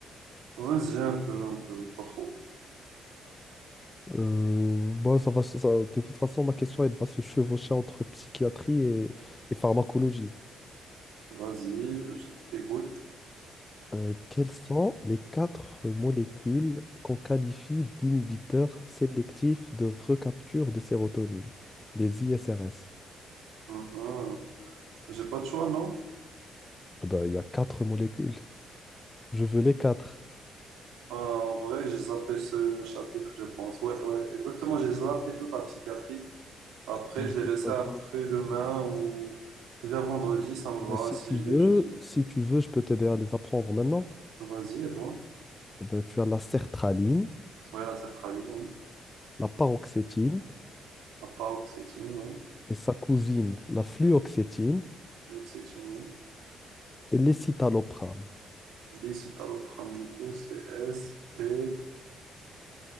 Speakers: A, on the right (about 80°); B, on the left (about 20°).
A: Vas-y, un peu, un peu, pas trop.
B: Euh, bah, ça va, se- ça- de toute façon, ma question, elle va se chevaucher entre psychiatrie et, et pharmacologie.
A: Vas-y, je t'écoute.
B: Euh, quelles sont les quatre molécules qu'on qualifie d'inhibiteurs sélectifs de recapture de sérotonine, les ISRS?
A: Uhum. J'ai pas de choix, non?
B: Ben, il y a quatre molécules. Je veux les quatre.
A: Ah, en vrai, j'ai zappé ce chapitre, je pense. Ouais, ouais, exactement, j'ai zappé toute la psychiatrie. Après,
B: Ben,
A: je l'ai
B: c'est
A: laissé
B: pas
A: après-demain
B: grave.
A: ou vers vendredi, ça me
B: Ben,
A: va
B: si
A: si
B: tu
A: je
B: veux,
A: l'étudie.
B: si tu veux, je peux t'aider à les apprendre maintenant.
A: Vas-y, aide-moi.
B: Eh Ben, tu as la sertraline,
A: Ouais, la sertraline, oui.
B: la paroxétine
A: La paroxétine, oui.
B: et sa cousine, la fluoxétine
A: L'oxétine,
B: et l'escitalopram.
A: Décitalopram, du coup, c'est S-P-F-E.